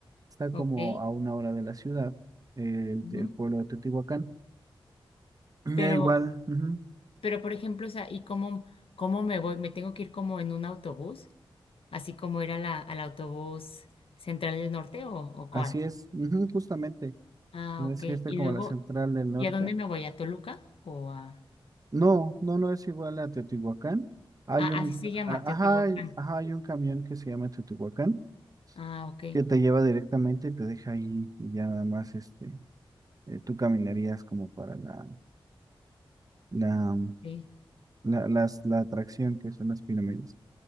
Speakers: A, on the right; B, on the left.
A: Está como
B: ok.
A: a una hora de la ciudad, eh,
B: ujú.
A: el, el pueblo de Teotihuacán. <clears throat>
B: Pero,
A: Ya igual, ujú,
B: pero por ejemplo, o sea, ¿y cómo, cómo me voy? ¿Me tengo que ir como en un autobús? Así como era la, al autobús central del norte o, o cuál?
A: Así es, ujú, justamente.
B: Ah,
A: no
B: ok.
A: Es que está
B: Y
A: como
B: luego,
A: la central del norte.
B: ¿y a dónde me voy? ¿A Toluca o a...?
A: No, no, no es igual a Teotihuacán. Hay
B: Ah,
A: un,
B: así se llama,
A: a-
B: Teotihuacán.
A: ajá, hay- ajá, hay un camión que se llama Teotihuacán
B: Ah, ok,
A: que te lleva directamente y te deja ahí y ya nada más este, eh, tú caminarías como para la, la,
B: ok.
A: la, las, la atracción que son las pirámides.